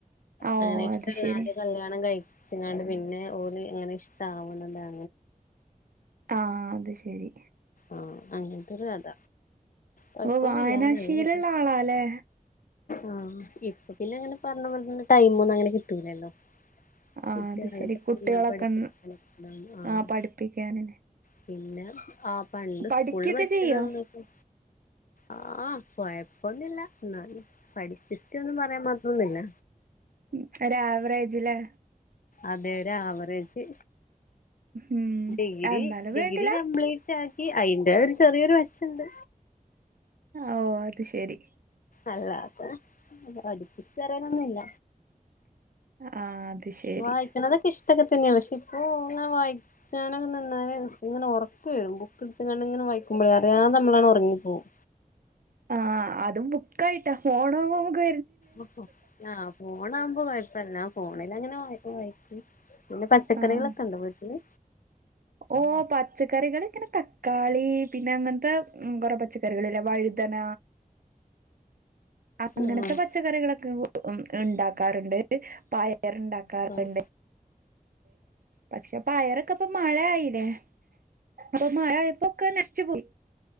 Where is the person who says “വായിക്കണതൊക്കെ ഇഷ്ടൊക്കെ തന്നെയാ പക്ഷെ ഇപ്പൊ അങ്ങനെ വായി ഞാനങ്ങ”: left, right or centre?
Left